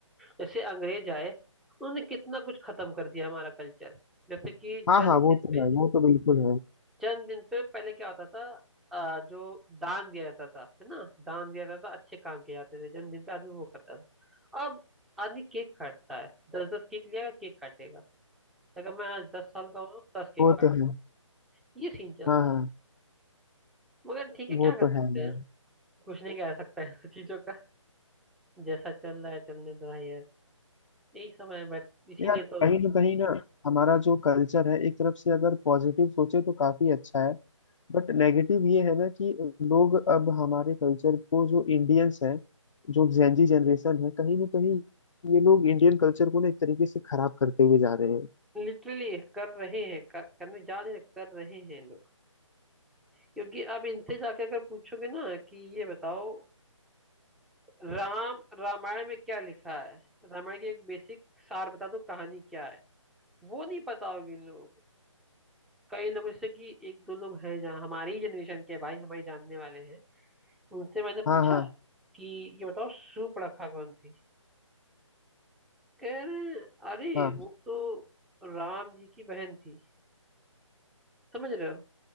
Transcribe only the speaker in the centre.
जैसे अंग्रेज आए उन्होंने कितना कुछ खत्म कर दिया हमारा कल्चर जैसे कि
जन्म
दिन
पे
जन्मदिन पे पहले क्या होता था अ, जो दान दिया जाता था है ना दान दिया जाता था अच्छे काम किए जाते थे जन्मदिन पे आदमी वो करता था अब आदमी केक काटता है दस दस केक लिया केक काटेगा अगर मैं आज दस साल का हूँ दस केक
काट
ये सीन चल
रहा
है मगर ठीक है क्या
कर
सकते
हैं कुछ नहीं कह सकते हैं <laughs> चीजों का जैसा चल रहा है चलने दो भाई यार यही समय है बट इसीलिए
तो
लिटरली कर रहे हैं कर, करने जा रहे हैं कर रहे हैं लोग क्योंकि अब इनसे जाके अगर पूछोगे ना कि ये बताओ राम रामायण में क्या लिखा है रामायण की एक बेसिक सार बता दो कहानी क्या है वो नहीं पता होगी इन लोगों को कई लोग जैसे कि एक दो लोग हैं जहाँ हमारी ही जनरेशन के भाई हमारे जानने वाले हैं उनसे मैंने पूछा
कि ये बताओ शूर्पणखा कौन थी कह रहे हैं, अरे
वो तो राम जी की बहन थी समझ रहे हो